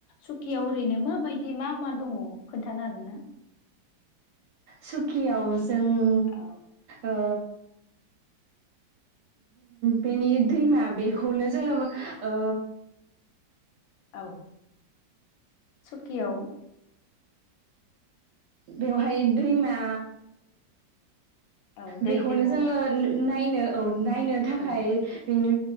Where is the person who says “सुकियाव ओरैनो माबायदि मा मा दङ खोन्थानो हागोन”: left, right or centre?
Left